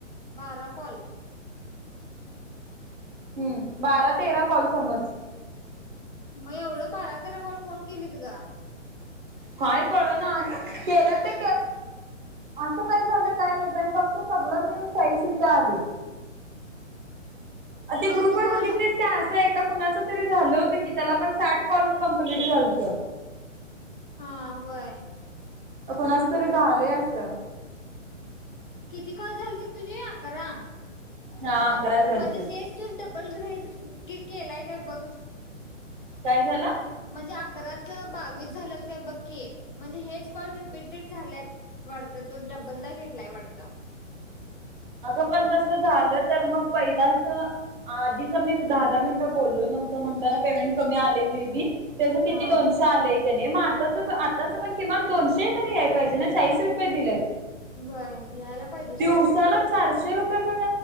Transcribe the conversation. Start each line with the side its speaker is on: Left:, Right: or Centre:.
Left: बारा कॉल
Right: हम्म बारा, तेरा कॉल समज
Left: मग एवढं बारा तेरा कोल कोण केलीत ग
Right: काय कळ ना आणि केलं ते असं काय झालं काय नाहीत आणि फक्त सगळं मिळून चाळीस रुपये आले ते
Left: मग
Right: ग्रुप
Left: तू
Right: वर
Left: कॉल
Right: बघितलीस असं एका कुणाच तरी झालं होतं की त्याला पण साठ कॉल कमप्लीट झालत
Left: हा वय
Right: कोणाच तरी झाले असं
Left: किती कॉल झालतीत तुझी आकरा
Right: हा अकरा झालतीत
Left: म्हणजे तेच त डबल ग्रेट केलाय काय बघ
Right: काय झालं?
Left: म्हणजे अकराच बावीस झालंत काय बक्की म्हणजे हेच कॉल रिपीटेड झाल्यात वाढतं तो डबलदा घेतलाय वाढतं
Right: अगं पण तस झालं तर मग पहिलाच आधीच मी दहा, दहा मिनट बोललो नव्हताना म्हणता पमेंट कमी आलय मे बी त्याझं किती
Left: हा
Right: दोनशे चाल आहे क नाही मग आताच आताच पण किमान दोनशे तरी आहे पाहिजे ना चाळीस रुपये दिले
Left: बरं यायला पाहिजे सोड
Right: दिवसाला चारशे रुपये पण